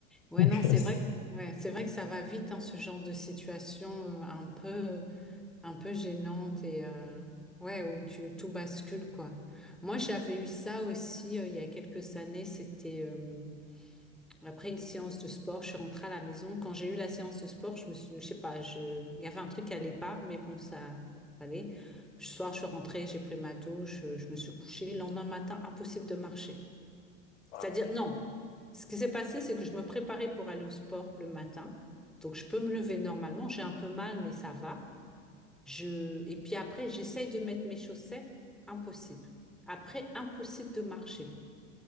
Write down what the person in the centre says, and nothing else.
Ouais,
non, c'est
vrai que, ouais, c'est vrai que ça va vite, hein, ce genre de situation euh, un peu. euh, un peu gênante et euh, ouais, où tu tout bascule quoi. Moi, j'avais eu ça aussi euh, il y a quelques années. C'était euh, après une séance de sport, je suis rentrée à la maison. Quand j'ai eu la séance de sport, je me suis, je sais pas, je, il y avait un truc qui allait pas, mais bon, ça allait. Le soir, je suis rentrée, j'ai pris ma douche, euh, je me suis couchée. Le lendemain matin, impossible de marcher.
C'est-à-dire,
non. Ce qui s'est passé, c'est que je me préparais pour aller au sport le matin. Donc, je peux me lever normalement. J'ai un peu mal, mais ça va. Je... Et puis après, j'essaye de mettre mes chaussettes, impossible. Après, impossible de marcher.